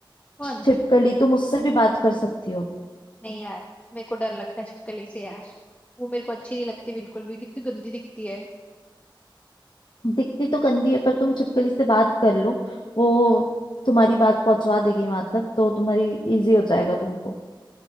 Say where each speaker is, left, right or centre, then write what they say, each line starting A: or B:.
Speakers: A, on the left (about 15°); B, on the left (about 65°).
A: कौन
B: छिपकली तुम उससे भी बात कर सकती हो
A: नहीं यार मेरे को डर लगता है छिपकली से यार वो मेरे को अच्छी नहीं लगती बिल्कुल भी कितनी गंदी दिखती है
B: दिखती तो गंदी है पर तुम छिपकली से बात कर लो वो तुम्हारी बात पहुंचवा देगी वहां तक तो तुम्हारी इजी हो जाएगा तुमको